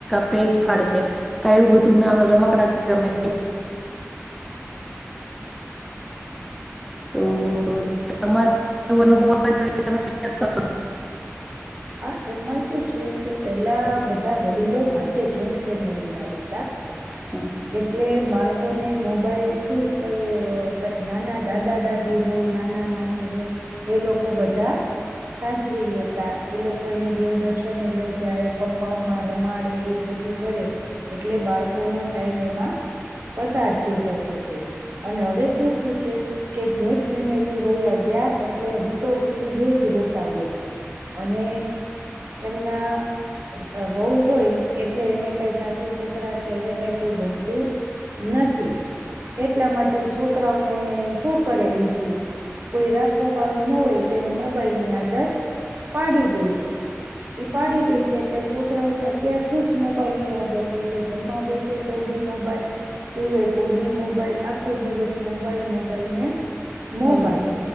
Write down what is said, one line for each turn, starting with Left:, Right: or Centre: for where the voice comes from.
Centre: પેજ ફાડે, એવું બધું નાના રમકડાથી રમે. તો તમારે <unintelligible> એવો અનુભવ હોય તો એ તમે કરો.
Right: હા એમાં શું છે કે પેલા બધા વડીલો સાથે જોઈન્ટ ફેમિલીમાં રહેતા.
Centre: હ <inaudible>
Right: એટલે બાળકોને મોબાઈલ શું ક નાના દાદા દાદી હોય નાના નાની હોય, એ લોકો બધા સાચવી લેતા એ લોકો એને દેવદર્શનને લઈ જાય કમ્પાઉન્ડ માં રમાડે એવું બધું કરે, એટલે બાળકોનો ટાઈમ એમાં પસાર થઈ જતો હતો. અને હવે શું થયું છે, કે જોઈન્ટ ફેમિલી વયા ગયા એટલે હુંતો હુતી બે જ રહેતા હોય, અને એમના વહુ હોય એટલે એને કઈ સાસુ સસરા કે હવે કઈ કોઈ ગમતું નથી. એટલા માટે છોકરાઓને શું કરે બીજું. કોઈ રાખવા વાળું ન હોય એટલે એને મોબાઈલની આદત પાડી દે છે. પાડી દે છે એટલે છોકરાઓને અત્યારથી જ મોબાઈલ ની આદત હોય છે જમવા બેસે તો બી મોબાઈલ, સુવે તો બી મોબાઈલ આખો દિવસ મોબાઈલ મોબાઈલ ને
Centre: હમ
Right: મોબાઈલ,
Centre: હમ